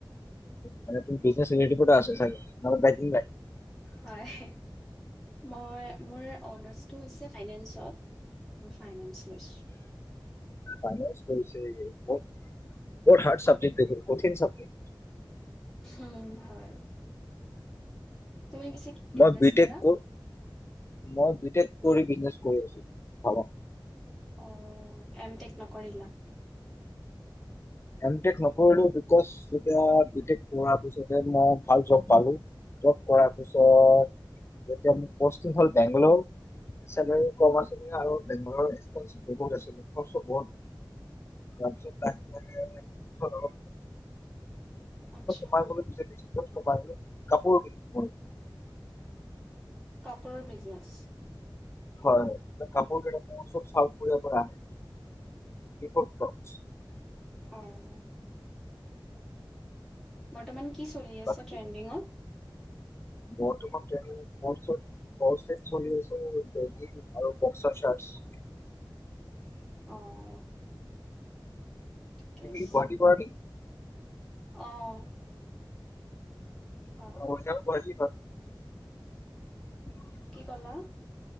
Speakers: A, on the left; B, in the centre.
A: ম বিজনেছ <unintelligible> আছে চাগে <unintelligible>
B: হয়, মই মোৰ অনাৰ্চটো হৈছে ফাইনেন্সত। মই ফাইনেন্স লৈছো।
A: ফাইনেন্স কৰিছে <unintelligible> বৰ হাৰ্ড চাবজেকট দেখুন কঠিন চাবজেক্ট।
B: উম, হয়। তুমি পিছে কি বিজনেছ
A: মই বি
B: কৰা?
A: টেক ক' মই বি টেক কৰি বিজনেছ কৰি আছোঁ ভাবক।
B: অ', এম টেক নকৰিলা?
A: এমটেক নকৰিলো বিকজ এতিয়া বি টেক পঢ়াৰ পিছতে মই ভাল জব পালো। জব কৰাৰ পিছত যেতিয়া মোৰ প'ষ্টিং হ'ল বেংগলোৰ চেলাৰী কম আছিলে আৰু ঘৰৰ ৰেচপনচিব্লিটি বহুত আছিল তাৰপিছত <unintelligible>
B: আচ্ছা,
A: চাই গ চাই কাপোৰ দি <unintelligible>
B: কাপোৰৰ বিজনেছ
A: হয় কাপোৰ ক চব চাউথ কোৰিয়াৰ পৰা আহে। কি কৰছো <unintelligible>
B: উম, বৰ্তমান কি চলি আছে
A: বাট
B: ট্ৰেণ্ডিঙত।
A: বৰ্তমান ট্ৰেন্ডিং টৰ্চৰ কলষ্টেট চলিছে বেগিং আৰু বক্সাৰ চাৰ্ছ।
B: অ'। ঠিকে
A: বিক্ৰী
B: আছে।
A: <unintelligible> পাৰি।
B: অ', হয়,
A: অ, চেল গুৱাহাটীৰ পৰা। অই <inaudible>
B: কি কলা।